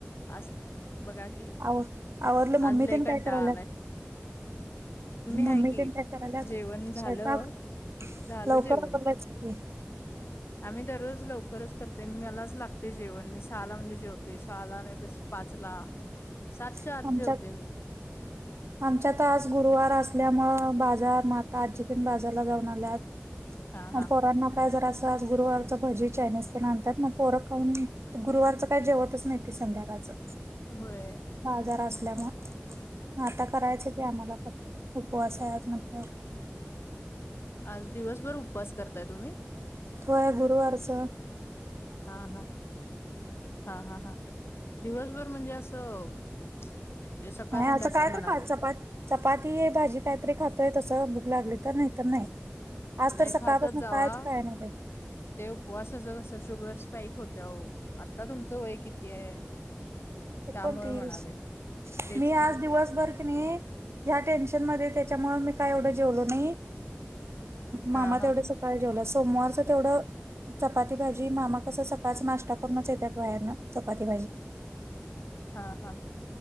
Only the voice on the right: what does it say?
आव आवडलं मम्मी
त्यानी
काय करायला
मम्मी
त्यांच्या शरालात
शेफा
लवकर
ह्
संमच्या
आमच्यात आज गुरुवार असल्यामुं बाजार म्हाता आजी पण बाजारला जाऊन आल्यात
म
पोरांना काय जरा असं आज गुरुवारच भजी चायनीज ते नाणतात मग पोर खान गुरुवारचं काय जेवतच नाही ते संध्याकाळचं
बाजार असल्यामुळे आता करायचे की आम्हाला उपवास आहे आज म्हटल्यावर
होोय गुरुवारच
ह
असं काय
तर ख चपात चपाती आहे भाजी कायतरी खातोय तसं भूक लागली तर नाहीत नाही आज
तर सकाळपासून
कायच खाय नाही
एकोणतीस
मी
आज दिवसभर ह टेन्शन म त्याच्यामुळे मी काय एवढ जेवलो नाही
मामा
तेवढं सकाळी जेवलं सोमवारच तेवढं चपाती भाजी मामा कस सकाळच नाश्ता करूनच येतात बायारनं चपाती भाजी